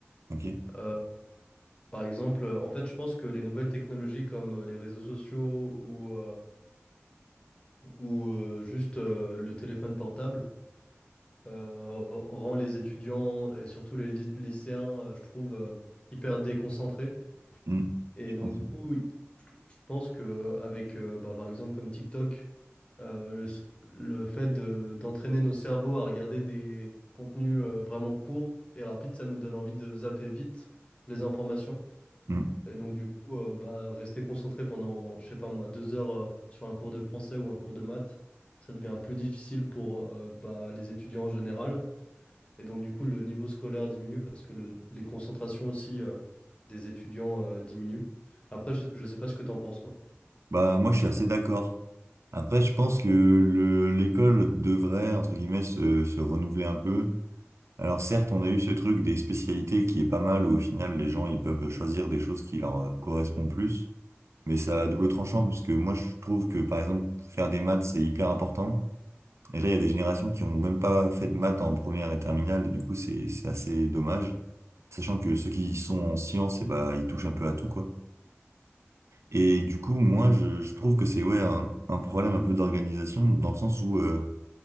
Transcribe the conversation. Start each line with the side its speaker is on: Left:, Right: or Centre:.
Right: Ok.
Left: Euh, par exemple, euh, en fait, je pense que les nouvelles technologies comme euh, les réseaux sociaux ou, euh, ou euh, juste euh, le téléphone portable euh, rend les étudiants et surtout les ly- lycéens, euh, je trouve, euh, hyper déconcentrés.
Right: Hmm.
Left: Et
Right: Je
Left: donc,
Right: pense.
Left: du coup, oui, je je pense que euh, avec, euh, bah, par exemple, comme TikTok, euh, le, s- le fait de- d'entraîner nos cerveaux à regarder des contenus euh, vraiment courts et rapides, ça nous donne envie de zapper vite les informations.
Right: Hmm.
Left: Et donc, du coup, euh, bah, rester concentré pendant, je sais pas moi, deux heures euh, sur un cours de français ou un cours de maths, ça devient plus difficile pour euh, bah, les étudiants en général. Et donc, du coup, le niveau scolaire diminue parce que le- les concentrations aussi euh, des étudiants euh, diminuent. Après, je, je sais pas ce que t'en penses, toi.
Right: Bah moi je suis assez d'accord. Après je pense que le l'école devrait entre guillemets se, se renouveler un peu. Alors certes on a eu ce truc des spécialités qui est pas mal où au final les gens ils peuvent choisir des choses qui leur euh, correspondent plus. Mais ça à double tranchant parce que moi je trouve que par exemple faire des maths c'est hyper important. Et là, il y a des générations qui ont même pas fait de maths en première et terminale, et du coup, c'est, c'est assez dommage. Sachant que ceux qui sont en sciences, et bah, ils touchent un peu à tout, quoi. Et du coup, moi, je, je trouve que c'est, ouais, un, un problème un peu d'organisation, dans le sens où, euh,